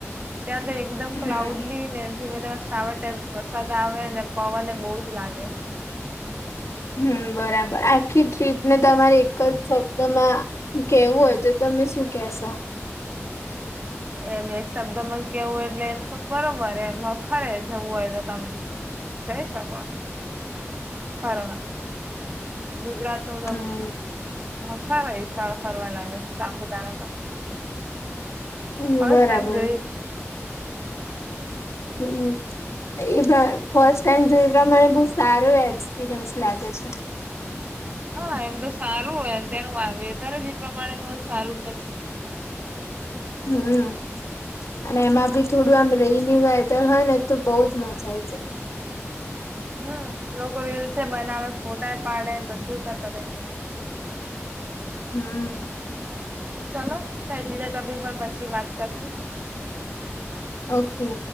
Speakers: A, on the right; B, on the left.
A: ત્યાં તો એ કદમ ક્લાઉડલી,
B: હમ
A: ને ધીમે ને સાવર ટાઇપ વરસાદ આવે, ને પવનને બહુ જ લાગે.
B: હમ્મ બરાબર, આખી ટ્રીપ ને તમારે એકજ શબ્દમાં કેવું હોય તો, તમે શું કેશો?
A: એમ એક શબ્દ માં કેવું એટલે એમ તો બરોબર એમ, અખરે જવું હોય તો તમન જઈ શકો, પરણ ગુજરાત નો તમ,
B: હમ
A: અ ખર એ સ્થળ ફરવા લાયક સાપુતારા તો.
B: હમ્મ
A: ફર્સ્ટ
B: બરાબર.
A: ટાઈમ જોયું
B: હમ્મ હમ્મ એ ભા, ફર્સ્ટ ટાઈમ જોયુ એ પ્રમાણે બહુ સારો એક્સપિરયન્સ લાગે છે.
A: હા એમ તો સારું હોય, તેનું વા વેધરજ એ પ્રમાણેનું સારુંજ પછી.
B: હમ્મ, અને એમાં ભી થોડું આમ રોહની વે ધર હોયને, તો બઉજ મજા આઈ જો.
A: હમ્મ, લોકો રીલ્સે બનાવે, ફોટાએ પાડે, બધું કરતા એ બહાને.
B: હમ્મ
A: ચલો, કાઈ બીજા ટોપિક પર પછી વાત કરશું.
B: ઓકે